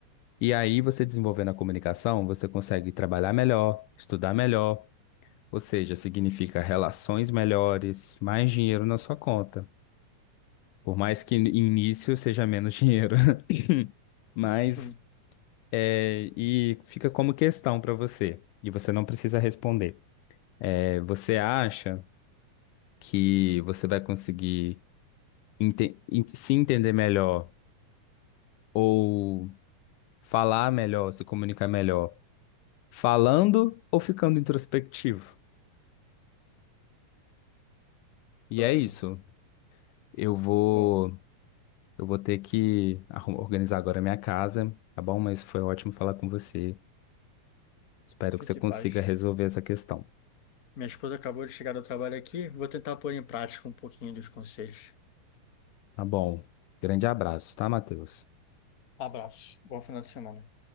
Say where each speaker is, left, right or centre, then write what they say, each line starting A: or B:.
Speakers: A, on the left (about 80°); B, on the left (about 50°).
A: E aí, você desenvolvendo a comunicação, você consegue trabalhar melhor, estudar melhor, ou seja, significa relações melhores, mais dinheiro na sua conta. Por mais que no início seja menos dinheiro, <laughs> mas.
B: <laughs>
A: é, e fica como questão para você, e você não precisa responder. É, você acha que você vai conseguir ente- en- se entender melhor ou falar melhor, se comunicar melhor, falando ou ficando introspectivo? E
B: Boa
A: é
B: pergunta.
A: isso. Eu vou,
B: Bom,
A: eu vou ter que arrum- organizar agora a minha casa, tá bom? Mas foi ótimo falar com você. Espero
B: fique
A: que você consiga
B: em paz.
A: resolver essa questão,
B: Minha esposa acabou de chegar do trabalho aqui, vou tentar pôr em prática um pouquinho dos conselhos.
A: tá bom? Grande abraço, tá, Matheus?
B: Abraço, bom final de semana.